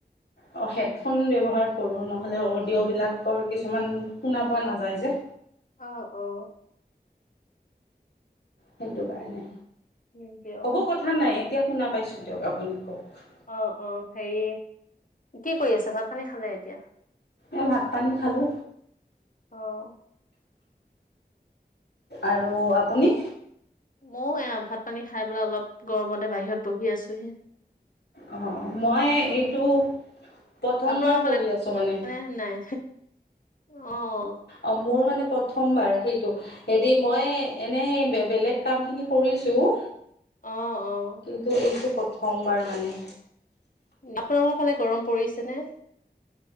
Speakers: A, on the left; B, on the left.
A: অ', হেডফোন ব্যৱহাৰ কৰোঁ, নহ'লে অডিঅ'বিলাকৰ কিছুমান শুনা পোৱা নাযায় যে।
B: অ', অ'।
A: সেইটো
B: উম,
A: কাৰণে,
B: উম, দিয়ক।
A: হ'ব কথা নাই এতিয়া শুনা পাইছোঁ দিয়ক, আপুনি কওঁক।
B: অ', অ', হেৰি কি কৰি আছে? ভাত পানী খালে এতিয়া
A: এ, ভাত পানী খালো।
B: অ'।
A: আৰু আপুনি?
B: ময়ো এয়া ভাত পানী খাই পেলাই অলপ, গৰমতে বাহিৰত বহি আছোহি।
A: অ', মই
B: অ',
A: এইটো, প্ৰথমবাৰ
B: আপোনালোকৰ ফালে
A: কৰি আছোঁ মানে।
B: নে নাই অ'।
A: অ', মোৰ মানে প্ৰথমবাৰ সেইটো। হেৰি মই, এনে বে, বেলেগ কাম খিনি কৰিছোঁ
B: অ' অ'।
A: এ, এইটো প্ৰথমবাৰ মানে।
B: আপোনালোকৰ ফালে গৰম পৰিছে নে?